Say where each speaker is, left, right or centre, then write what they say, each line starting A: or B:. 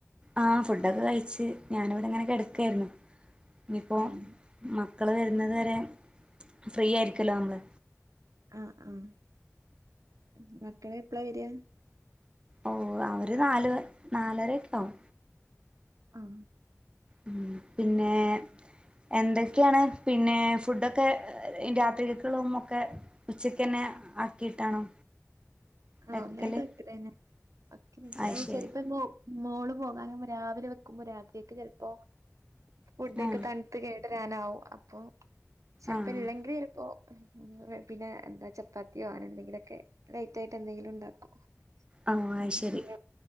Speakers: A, on the right (about 20°); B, on the right (about 75°).
A: ആ ഫുഡൊക്കെ കഴിച്ച് ഞാനിവിടെങ്ങനെ കിടക്കായിരുന്നു ഞ്ഞ്പ്പോ
B: ഉം
A: മ മക്കള് വരുന്നത് വരെ ഫ്രീ ആയിരിക്കല്ലോ നമ്മള്
B: ആ ആഹ് എന്ത് മക്കള് എപ്പളാ വരാ
A: അള്ളാ ഒര് നാല് നാലരൊക്കെ ആവും
B: ആഹ്
A: ഉം പിന്നെ എന്തൊക്കെയാണ് പിന്നെ ഫുഡൊക്കെ രാത്രികക്ക്ള്ളൊം ഒക്കെ ഉച്ചക്കന്നെ ആക്കിയിട്ടാണോ?
B: ആഹ്
A: വെക്കല്
B: ഒന്നായിട്ട് വക്കലന്നെ. <unintelligible> ചെ
A: അത് ശരി
B: ചെലപ്പമോ മോള് പോകാനുമ്പോ രാവിലെ വെക്കുമ്പോ രാ ത്രിക്ക് ചിലപ്പോ ഫുഡ ഒക്കെ
A: ആഹ്
B: തണുത്ത് കേ ടാരാനാവും അപ്പൊ ചെലപ്പം
A: ആഹ്
B: ഇല്ലെങ്കിൽ ഇപ്പോ ഉം പിന്നെ എന്താ ചപ്പാത്തിയോ ആണ് എന്തെങ്കിലുമൊക്കെ ക യിട്ട് എന്തെങ്കിലും ഉണ്ടാക്കും.
A: ആ
B: ഉം
A: ശരി
B: നിങ്ങ